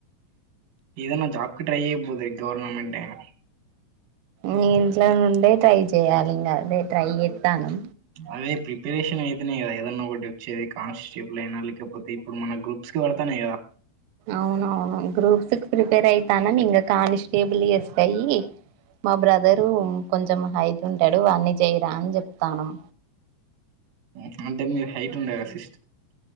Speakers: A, on the right; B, on the right.
A: ఏదన్న జాబ్ కి ట్రై చేయబోద్ ఆ గవర్నమెంట్ ఏం
B: నీ ఇంట్ల నుండే ట్రై చెయాలి ఇంగ అదే ట్రై చేత్తానం
A: అదే ప్రిపరేషన్ అయితేనే గద ఏదన్న ఒకటి వచ్చేది కాన్స్టేబుల్ అయినా లేకపోతే ఇప్పుడు మన గ్రూప్స్ కి పడతానాయి కదా
B: అవునవును గ్రూప్ త్ క్ ప్రిపేర్ అయి తనం ఇంగ కానిస్టేబిల్ ఎస్ అయి మా బ్రదరు కొంచెం హైట్ ఉంటాడు వాన్ని చేయిరా అని చెప్తానం
A: హు అంటే మీర్ హైట్ ఉండే రా సిస్ట